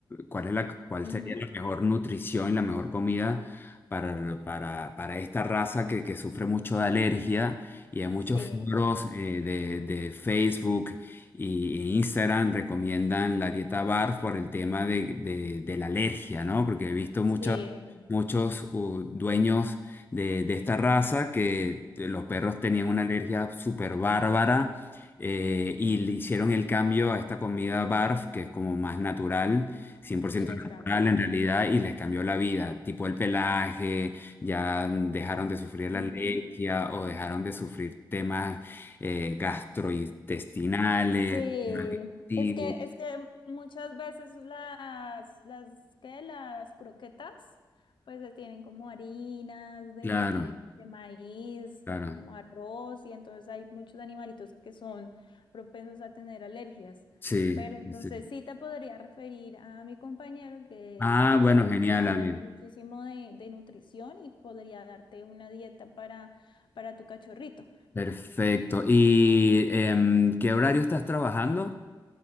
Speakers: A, on the left (about 25°); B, on the left (about 70°).
A: cuál es la, cuál
B: Ujú.
A: sería la mejor nutrición y la mejor comida para, lo- para, para esta raza que, que sufre mucho de alergia y hay muchos
B: Sí,
A: foros
B: sí,
A: eh, de, de Facebook y- e Instagram recomiendan la dieta BARF por el tema de, de, de la alergia, ¿no? Porque he visto muchas,
B: sí,
A: muchos uh, dueños de, de esta raza que los perros tenían una alergia súper bárbara eh, y le hicieron el cambio a esta comida barf, que es como más natural, cien por
B: y
A: ciento
B: les
A: natural
B: cambió.
A: en realidad, y les cambió la vida, tipo el pelaje, ya dejaron de sufrir la
B: Ujú.
A: alergia o dejaron de sufrir temas eh, gastrointestinales.
B: Sí,
A: Sí,
B: es que, es que muchas veces las, las, ¿qué? Las croquetas, pues se tienen como harinas de,
A: Claro,
B: de maíz,
A: claro,
B: como arroz, y entonces hay muchos animalitos que son propensos a tener alergias.
A: sí,
B: Pero entonces
A: sí.
B: sí te podría referir a mi compañero que
A: Ah, bueno,
B: eh,
A: genial,
B: sabe
A: Ale.
B: muchísimo de, de nutrición y podría darte una dieta para, para tu cachorrito.
A: Perfecto. ¿Y em, qué horario estás trabajando?